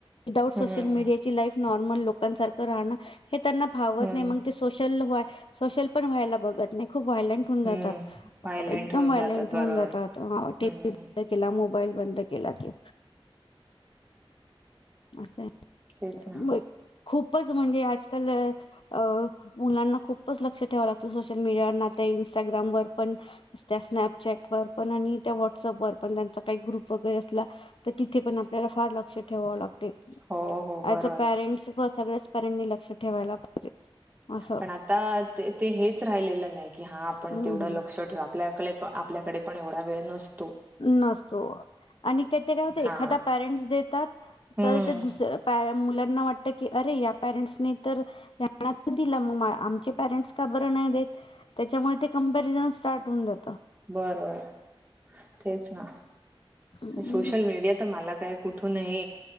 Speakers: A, on the left; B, on the right.
A: विथ आऊट सोशल
B: हम्म
A: मीडियाची लाईफ नॉर्मल लोकांसारखं राहण... हे त्यांना भावत
B: हम्म
A: नाही मग ते सोशल व सोशल पण व्हायला बघत नाही खूप व्हायलेंट होऊन जातात...
B: हम्म व्हायलेंट
A: एकदम
B: होऊन
A: व्हायलेंट
B: जातात बरोबर
A: होऊन जातात टीव्ही
B: हम्म
A: बंद केला मोबाईल बंद के... केला की.... अस आहे.
B: तेच ना
A: म्ह खूपच म्हणजे आजकाल अ मुलांना... खूपच लक्ष ठेवा लागत सोशल मीडियावर इंस्टाग्रामवर पण त्या स्नॅपचट वर पण... त्या व्हाटसअप व पण त्यां काही ग्रुप वगैरे असला तर तिथे पण आपल्याला फार लक्ष ठेवा लागत... ॲज
B: हो हो बरोबर
A: अ पॅरेंट्स सगळ्याच पेरेंट्सनी लक्ष ठेवायला... अस....
B: पण आता ते ते हेच राहिलेलं नाही की हा आपण
A: हम्म
B: तेवढं लक्ष ठेव आपल्याकडे पण... आपल्याकडे पण एवढा वेळ नस...
A: नसतो आणि का ते काय होत एखादा
B: हा
A: पॅरेंटस देतात...
B: हम्म
A: तर ते दुसऱ्या पायामुळे.... त्यांना वाटत की अरे पेरेंट्स तर त्यानं आमचे पेरेंट्स का बरं नाही त्याच्यामुळे कंपनी रिझन स्टार्ट होवून जात
B: बरं तेच ना
A: हम्म
B: सोशल मीडिया तर मला काय कुठूनही